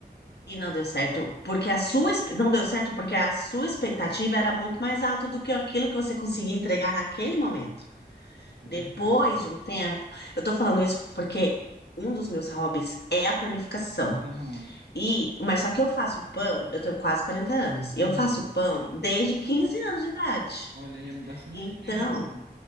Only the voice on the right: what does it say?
Isso
é verdade.
Aham,
aham.
Olha, aí é bastante
tempo.